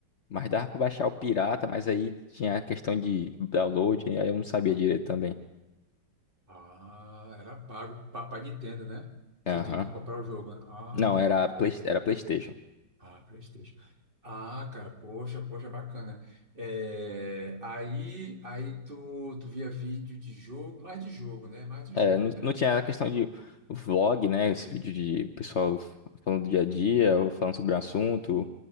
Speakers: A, on the left; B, on the right.
A: mas dava pra baixar o pirata, mas aí tinha a questão de download, e aí eu não sabia direito também.
B: Ah, era pago para Nintendo, né?
A: Aham.
B: Você tinha que comprar o jogo. né? Ah,
A: Não, era,
B: bacana.
A: Play, era PlayStation.
B: Ah, PlayStation. Ah, cara, poxa, poxa, bacana. É, aí, aí tu, tu via vídeo de jogo, mais de jogo, né? Mais de
A: É,
B: jogo,
A: não,
B: né?
A: não tinha a questão de vlog, né? Esse vídeo de pessoal falando do dia a dia, ou falando sobre um assunto,